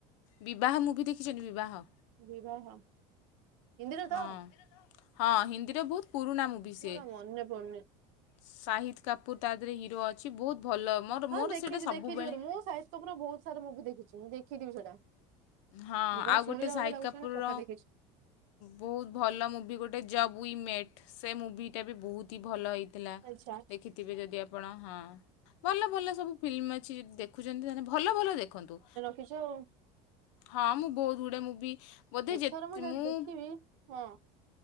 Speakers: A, on the left (about 75°); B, on the right (about 55°).
A: ବିବାହ ମୁଭି ଦେଖିଚନ୍ତି ବିବାହ।
B: ବିବାହ। ହିନ୍ଦୀରେ ତ
A: ହଁ ହଁ ହିନ୍ଦୀରେ ବହୁତ ପୁରୁଣା ମୁଭି
B: ମୋର
A: ସିଏ।
B: ମନେ ପଡୁନି
A: ସାହିଦ୍ କାପୁର ତା ଦେହେରେ ହିରୋ ଅଛି ବହୁତ ଭଲ। ମୋର
B: ହଁ
A: ମୋର
B: ଦେଖିଚି
A: ସେଇଟା ସବୁବେଳେ
B: ଦେଖିଚି ବୋଧେ ମୁଁ ସାହିଦ୍ କପୁରର ବହୁତ ସାରା ମୁଭି ଦେଖିଚି ମୁଁ ଦେଖିଥିବି ସେଇଟା।
A: ହଁ
B: ବିବାହ
A: ଆଉ
B: ଶୁଣିଲା
A: ଗୋଟେ ସାହିଦ୍
B: ଭଳିଆ ଲାଗୁଛି
A: କାପୁରର
B: ମାନେ ପକ୍କା ଦେଖିଛି।
A: ବହୁତ ଭଲ ମୁଭି ଗୋଟେ ଜବ୍ ଉଇ ମେଟ୍ ସେ ମୁଭିଟା ବି ବହୁତ। ତି ଭଲ ହେଇଥିଲା
B: ଆଚ୍ଛା।
A: ଦେଖିଥିବେ ଯଦି ଆପଣ ହଁ ଭଲ ଭଲ ସବୁ ଫିଲ୍ମ ଅଛି ଦେଖୁଚନ୍ତି ତାହେଲେ ଭଲ ଭଲ ଦେଖନ୍ତୁ।
B: ଏ ଯୋଉ
A: ହଁ ମୁଁ ବହୁତ ଗୁଡେ ମୁଭି ବୋଧେ
B: ଏଥର
A: ଯେ ତ
B: ଯଦି
A: ମୁଁ
B: ଦେଖିବି ହଁ